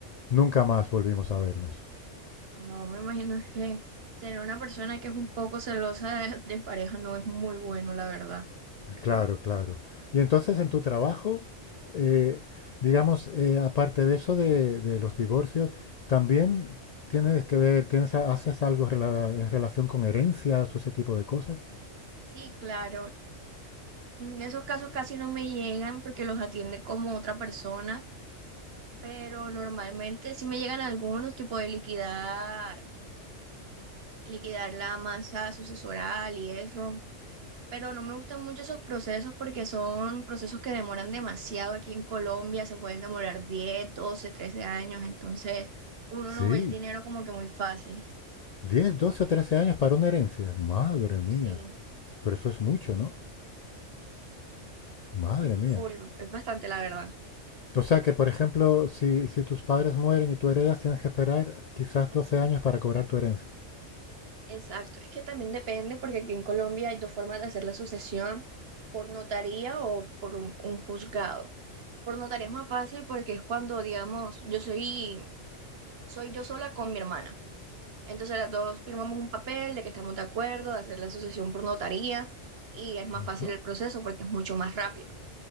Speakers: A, on the left; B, on the right.
A: nunca más volvimos a vernos.
B: No, me imagino que tener una persona que es un poco celosa de, de pareja no es muy bueno, la verdad.
A: Claro, claro. Y entonces en tu trabajo, eh, digamos, eh, aparte de eso de, de los divorcios, también tienes que ver, tienes, haces algo rela- en relación con herencias o ese tipo de cosas.
B: Sí, claro. En esos casos casi no me llegan porque los atiende como otra persona, pero normalmente sí me llegan algunos, tipo de liquidar liquidar la masa sucesoral y eso, pero no me gustan mucho esos procesos porque son procesos que demoran demasiado aquí en Colombia, se pueden demorar 10 12 13 años, entonces uno
A: Sí,
B: no ve el dinero como que muy fácil.
A: 10, 12 o 13 años para una herencia. Madre mía.
B: Sí,
A: Pero eso es mucho, ¿no? Madre
B: es
A: mía.
B: full, es bastante la verdad.
A: O sea que, por ejemplo, si, si tus padres mueren y tú heredas, tienes que esperar quizás 12 años para cobrar tu herencia.
B: Exacto, es que también depende porque aquí en Colombia hay dos formas de hacer la sucesión, por notaría o por un, un juzgado. Por notaría es más fácil porque es cuando, digamos, yo soy, soy yo sola con mi hermana. Entonces las dos firmamos un papel de que estamos de acuerdo, de hacer la asociación por notaría y es más fácil
A: Ajá.
B: el proceso porque es mucho más rápido.